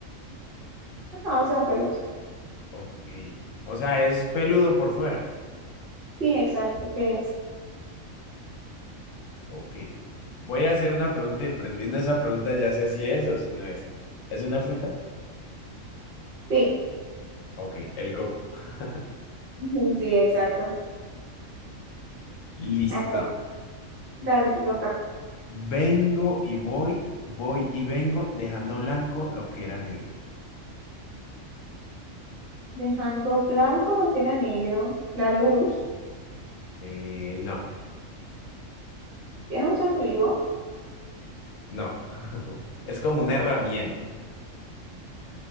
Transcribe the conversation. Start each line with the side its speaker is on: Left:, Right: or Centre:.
Right: Vamos a pelos.
Left: Ok. O sea, es peludo por fuera.
Right: Sí, exacto. ¿Qué es?
Left: Ok. Voy a hacer una pregunta y prendiendo esa pregunta ya sé si es o si no es. ¿Es una fruta?
Right: Sí,
Left: Ok, el coco. <laughs>
Right: <laughs> ujú, sí, exacto.
Left: Listo.
Right: A ver, dale, te toca.
Left: Vengo y voy, voy y vengo, dejando blanco lo que era negro.
Right: Dejando blanco lo que era negro, la luz,
Left: Eh, no,
Right: que es un ser vivo,
Left: no. <laughs> Es como una herramienta.